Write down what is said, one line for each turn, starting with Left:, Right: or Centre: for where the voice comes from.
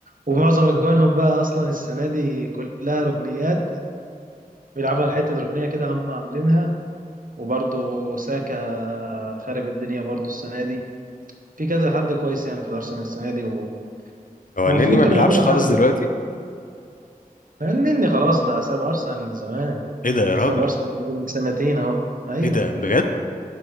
Right: ومعظم اجوانهم بقى اصلا السنه دي كلها ركنيات بيلعبوا على حتة ركنية كده هم عاملينها وبرضه ساكا خارب الدنيا برضه السنة دي في كذا حد كويس يعني في الأرسنال السنة دي و-
Left: هو
Right: ومفروض
Left: النني ما
Right: كانوا
Left: بيلعبش
Right: يعملوا
Left: خالص
Right: حاجة
Left: دلوقتي
Right: فاهمني خلاص ده ساب أرسنال من زمان
Left: إيه ده
Right: ده
Left: يا راجل
Right: ساب أرسنال من سنتين أهو أيوه
Left: ايه ده بجد